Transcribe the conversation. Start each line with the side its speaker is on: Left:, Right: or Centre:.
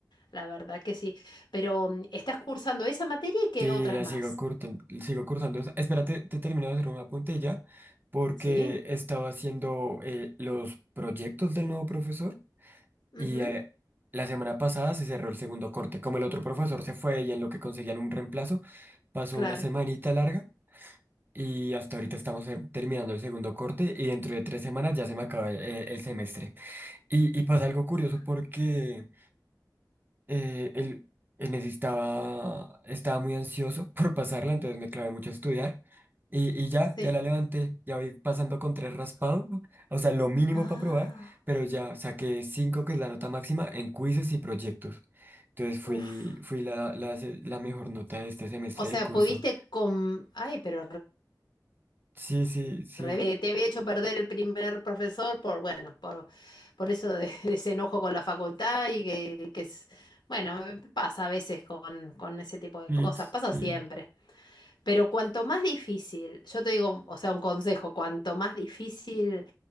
Left: La verdad que sí. Pero mm, estás cursando esa materia y qué
Right: Sí,
Left: otras
Right: la
Left: más.
Right: sigo curtando, sigo cursando. esa- Espérate, te termino de hacer una puntilla porque
Left: Sí.
Right: estaba haciendo eh, los proyectos del nuevo profesor
Left: Ujú,
Right: y eh, la semana pasada se cerró el segundo corte. Como el otro profesor se fue y en lo que conseguían un reemplazo, pasó
Left: claro.
Right: una semanita larga y hasta ahorita estamos eh, terminando el segundo corte y dentro de tres semanas ya se me acaba eh, el semestre. Y, y pasa algo curioso
Left: Uf,
Right: porque eh, él, él necesitaba, estaba muy ansioso <laughs> por pasarla, entonces me clavé mucho a estudiar. Y, y ya,
Left: sí.
Right: ya la levanté, ya voy pasando con tres raspados, ¿no? o sea, lo mínimo
Left: Ah,
Right: para probar, pero ya saqué cinco, que es la nota máxima, en quizzes y proyectos. Entonces fui,
Left: uf.
Right: fui la, la, se- la mejor nota de este semestre
Left: O
Right: del
Left: sea,
Right: curso.
Left: pudiste con... Ay, pero
Right: Sí, sí, sí,
Left: revés, te había hecho perder el primer profesor por, bueno, por, por eso de, <laughs> de ese enojo con la facultad y que, que es, bueno, pasa a veces con, con ese tipo de
Right: sí,
Left: cosas, pasa
Right: sí.
Left: siempre. Pero cuanto más difícil, yo te digo, o sea, un consejo, cuanto más difícil